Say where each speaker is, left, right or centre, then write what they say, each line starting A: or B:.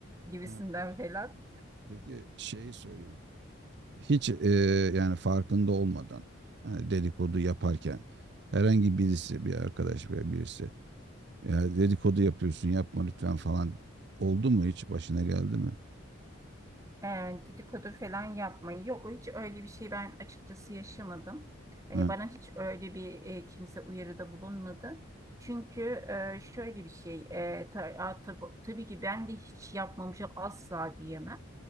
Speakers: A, on the right (about 15°); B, on the right (about 55°).
A: gibisinden
B: Ha, peki,
A: falan.
B: peki şeyi söyleyeyim. Hiç e, yani farkında olmadan hani dedikodu yaparken herhangi birisi bir arkadaş veya birisi ya dedikodu yapıyorsun yapma lütfen falan oldu mu hiç başına geldi mi?
A: e, dedikodu falan yapmayı. Yok hiç öyle bir şey ben açıkçası yaşamadım. Hani
B: Ha,
A: bana hiç öyle bir e, kimse uyarıda bulunmadı. Çünkü e, şöyle bir şey e, ta- a, tab- tabii ki ben de hiç yapmamışım asla diyemem.